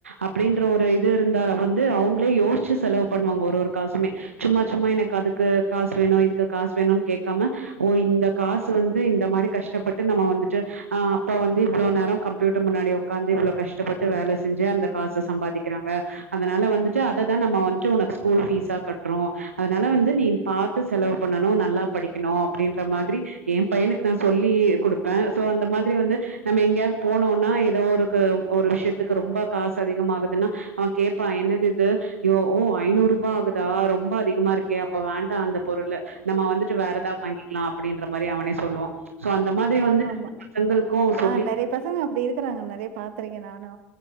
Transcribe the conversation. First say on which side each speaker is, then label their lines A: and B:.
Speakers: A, on the right; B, on the right.
A: அப்பிடின்ற ஒரு இது இருந்தா வந்து அவங்களே யோசிச்சி செலவு பண்ணுவாங்க ஒரு ஒரு காசுமே சும்மா சும்மா எனக்கு அதுக்கு காசு வேணு இதுக்கு காசு வேணுன் கேக்காம ஓ இந்த காசு வந்து இந்த மாரி கஷ்டப்பட்டு நம்ம வந்துட்டு அ அப்பா வந்து இவ்ளோ நேரோ கம்ப்யூட்டர் முன்னாடி உக்காந்து இவ்ளோ கஷ்டப்பட்டு வேல செஞ்சி அந்த காச சம்பாதிக்கிறாங்க அதனால வந்துடு அததா நாம உனக்கு ஸ்கூல் ஃபீசா கட்றோ அதனால வந்து நீ பாத்து செலவு பண்ணு நல்லா படிக்குனு அப்பிடின்ற மாதிரி ஏ பையனுக்கு நா சொல்லி குடுப்பே சோ அந்த மாதிரி வந்து நாம எங்கையாது போனோனா எதோ ஒரு க ஒரு விஷ்யத்து க்கு ரொம்ப காசு அதிகமா ஆகுதுன்னா அவ கேப்பா என்னது இது யோ ஓ ஐநூறு ரூபா ஆகுதா ரொம்ப அதிகமா இருக்கே அப்ப வேண்டா அந்த பொருளு நம்ம வந்துட்டு வேற
B: ம்ஹ்ம்.
A: எதா வாங்கிக்கலா அப்பிடின்ற மாரி அவனே சொல்லுவா சோ அந்த மாதிரி
B: ஆமா
A: வந்து
B: ஆமா
A: பசங்களுக்கும் சொல்லி
B: ஆ நெறைய பசங்க அப்பிடி இருக்கறாங்க நெறைய பாத்திருக்கே நானு